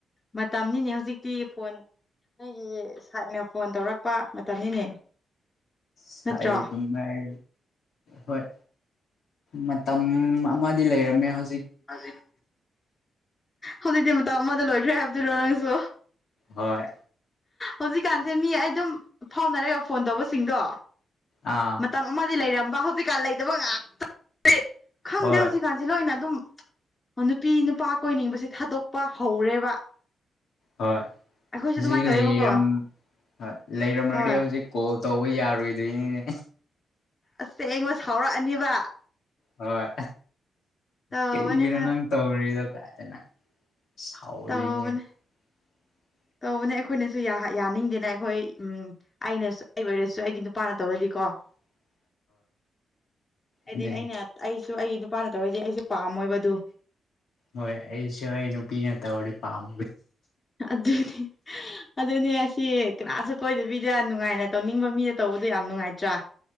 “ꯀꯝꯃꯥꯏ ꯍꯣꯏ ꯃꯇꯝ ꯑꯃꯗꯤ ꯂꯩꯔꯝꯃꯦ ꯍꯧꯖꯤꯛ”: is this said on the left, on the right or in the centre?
Left